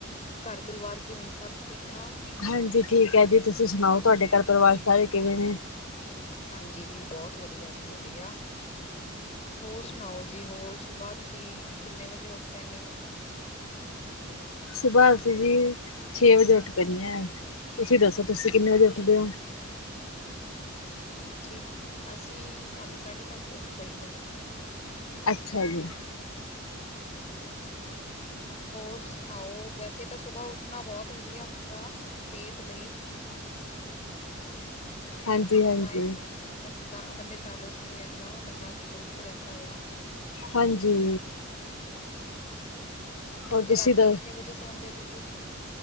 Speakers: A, on the left; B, on the left.
A: ਘਰ ਪਰਿਵਾਰ ਕਿਵੇਂ ਸਭ ਠੀਕ ਠਾਕ?
B: ਹਾਂਜੀ ਠੀਕ ਹੈ ਜੀ ਤੁਸੀਂ ਸੁਣਾਓ ਤੁਹਾਡੇ ਘਰ ਪਰਿਵਾਰ ਸਾਰੇ ਕਿਵੇਂ ਨੇ?
A: ਹਾਂਜੀ ਜੀ ਬਹੁਤ ਵਧੀਆ ਜੀ ਵਧੀਆ ਹੋਰ ਸੁਣਾਓ ਜੀ ਹੋਰ ਸੁਬਾਹ ਤੁਸੀਂ ਕਿੰਨੇ ਵਜੇ ਉੱਠ ਪੈਂਦੇ ਔ?
B: ਸੁਬਹ ਅਸੀ ਜੀ ਛੇ ਵਜੇ ਉੱਠ ਪੈਣੇਆਂ ਤੁਸੀਂ ਦੱਸੋ ਤੁਸੀਂ ਕਿੰਨੇ ਵਜੇ ਉੱਠਦੇ ਹੋ?
A: ਜੀ ਅਸੀਂ ਸੱਤ ਸਾਢੇ ਸੱਤ ਉੱਠ ਪਈ ਦਾ ਆ
B: ਅੱਛਾ ਜੀ।
A: ਹਾਂਜੀ-ਹਾਂਜੀ। ਹੋਰ ਸੁਣਾਓ ਵੈਸੇ ਤਾਂ ਸੁਬਾਅ ਉੱਠਣਾ ਬਹੁਤ ਵਧੀਆ ਹੁੰਦਾ, ਸਿਹਤ ਲਈ
B: ਹਾਂਜੀ ਹਾਂਜੀ
A: ਬੰਦਾ ਅਨ ਬੰਦਾ ਬੰਦੇ 'ਚ ਆਲਸ ਨੀ ਰਹਿੰਦਾ ਬੰਦਾ ਤੰਦਰੁਸਤ ਰਹਿੰਦਾ ਆ।
B: ਹਾਂਜੀ। ਹੋਰ ਤੁਸੀਂ
A: ਤੇ ਰਾਤੀ
B: ਦ
A: ਕਿੰਨੇ ਵਜੇ ਸੌਂਦੇ ਤੁਸੀਂ?